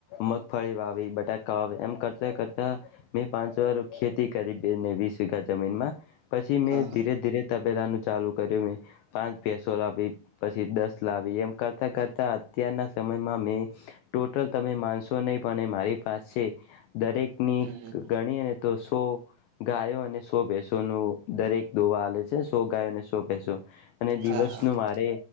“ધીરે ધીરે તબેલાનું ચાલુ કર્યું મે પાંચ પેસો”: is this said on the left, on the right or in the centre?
Left